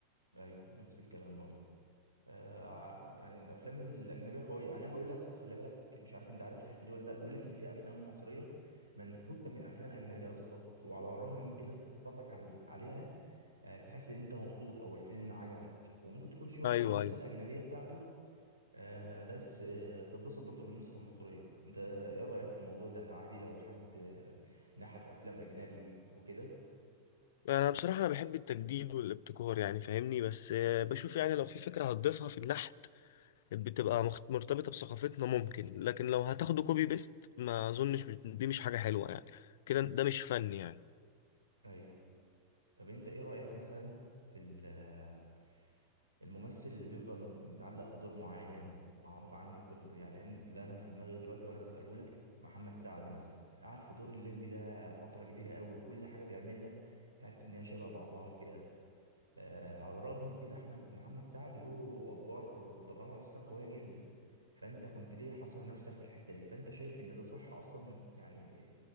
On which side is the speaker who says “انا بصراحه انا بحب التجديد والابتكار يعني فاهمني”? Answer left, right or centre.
Left